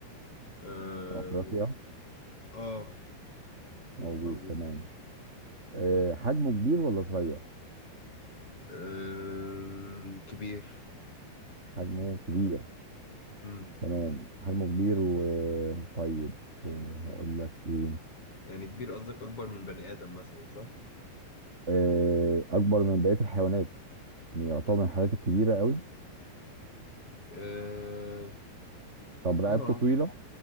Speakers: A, on the left; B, on the right.
A: اه
B: في أفريقيا
A: آه،
B: موجود
A: موجود
B: تمام أه حجمه كبير ولا صغير
A: أه كبير
B: حجمه كبير
A: مم.
B: تمام حجمه كبير وطيب آه، هقول لك ايه
A: يعني كبير قصدك أكبر من بني آدم مثلا صح؟
B: آه، اكبر من بقيه الحيوانات يعتبر من الحيوانات الكبيره قوي
A: اه
B: طب رقبته
A: اه
B: طويله